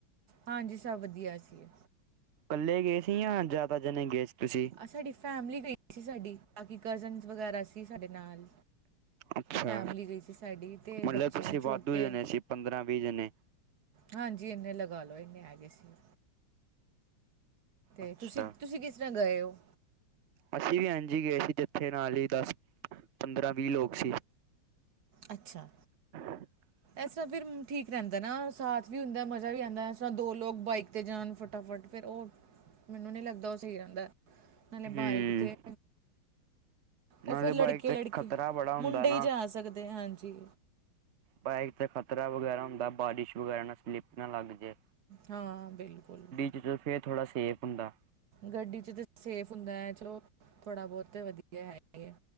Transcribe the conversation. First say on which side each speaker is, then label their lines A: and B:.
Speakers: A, on the right (about 50°); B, on the right (about 85°).
A: ਹਾਂਜੀ ਸਭ ਵਧੀਆ ਸੀ।
B: ਇਕੱਲੇ ਗਏ ਸੀ ਜਾਂ ਜ਼ਿਆਦਾ ਜਣੇ ਗਏ ਸੀ ਤੁਸੀਂ
A: ਆ ਸਾਡੀ ਫੈਮਿਲੀ ਗਈ ਸੀ ਸਾਡੀ ਤਾਂ ਕਿ ਕਜ਼ਨਸ ਵਗੈਰਾ ਸੀ ਸਾਡੇ ਨਾਲ
B: ਅੱਛਾ
A: ਫੈਮਿਲੀ ਗਈ ਸੀ ਸਾਡੀ ਤੇ
B: ਮਤਲਬ
A: ਬੱਚੇ
B: ਤੁਸੀਂ
A: ਸੀ
B: ਵਾਧੂ
A: ਛੋਟੇ
B: ਜਣੇ ਸੀ ਪੰਦਰਾਂ ਵੀਹ ਜਣੇ
A: ਹਾਂਜੀ ਇੰਨੇ ਲਗਾ ਲੋ ਇੰਨੇ ਹੈਗੇ ਸੀ। ਤੇ
B: ਅੱਛਾ
A: ਤੁਸੀਂ, ਤੁਸੀਂ ਕਿਸ ਤਰ੍ਹਾਂ ਗਏ ਹੋ?
B: ਅਸੀਂ ਵੀ ਐੱਜ ਹੀ ਗਏ ਸੀ ਜਿੱਥੇ ਨਾਲ ਹੀ ਦਸ ਪੰਦਰਾਂ ਵੀਹ ਲੋਕ ਸੀ।
A: ਅੱਛਾ।
B: ਹ <unintelligible>
A: ਇਸ ਤਰ੍ਹਾਂ ਫਿਰ ਠੀਕ ਰਹਿੰਦਾ ਨਾ ਸਾਥ ਵੀ ਹੁੰਦਾ ਮਜ਼ਾ ਵੀ ਆਉਂਦਾ ਇਸ ਤਰ੍ਹਾਂ ਦੋ ਲੋਕ ਬਾਈਕ 'ਤੇ ਜਾਣ ਫਟਾਫਟ ਫੇਿਰ ਉਹ ਮੈਨੂੰ ਨੀ ਲੱਗਦਾ ਉਹ ਸਹੀ ਰਹਿੰਦਾ ਨਾਲੇ
B: ਹੂੰ
A: ਬਾਾਈਕ ਤੇ ਉਹ
B: ਨਾਲੇ
A: ਫੇਿਰ ਲੜਕੇ,
B: ਬਾਈਕ ਤੇ
A: ਲੜਕੇ
B: ਖ਼ਤਰਾ ਬੜਾ ਹੁੰਦਾ
A: ਮੁੰਡੇ
B: ਨਾ
A: ਹੀ ਜਾ ਸਕਦੇ ਹਾਂਜੀ।
B: ਬਾਈਕ ਤੇ ਖ਼ਤਰਾ ਵਗੈਰਾ ਹੁੰਦਾ ਬਾਰਿਸ਼ ਵਗੈਰਾ ਨਾ ਸਲਿੱਪ ਨਾ ਲੱਗ ਜੇ
A: ਹਾਂ ਬਿਲਕੁਲ।
B: ਜਦੋ ਫਿਰ ਸੇਫ ਹੁੰਦਾ।
A: ਗੱਡੀ ਚ ਤਾਂ ਸੇਫ ਹੁੰਦਾ ਹੈ ਚਲੋ ਥੋੜ੍ਹਾ ਬਹੁਤ ਵਧੀਆ ਹੈਗਾ ਹੀ ਹੈ।